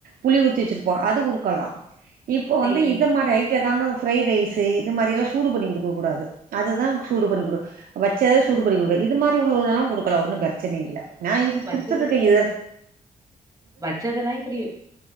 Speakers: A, on the right; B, on the right.
A: புளி ஊத்தி வச்சிருப்போம் அது கொடுக்கலாம் இப்போ
B: சேரிங்க
A: வந்து இந்த மாதிரி ஐ கிட்ட தான பிரப்ரைட ரைஸ் இந்த மாதிரி சூடு பண்ணி கொக்கூடாது அததுதான் சூடு
B: சே
A: பண்ணிக்க கொடு வச்சதது சூடு பனி கொடுக்க இது மாதிரி உள்ளதெல்லாம்டுக்கலாம் ஒன்னும் பிரச்சனை இல்லை நான் இப்ப
B: வச்சது
A: குடுடுத்தருக்க இரு
B: வச்சதெல்லாம் இப்படி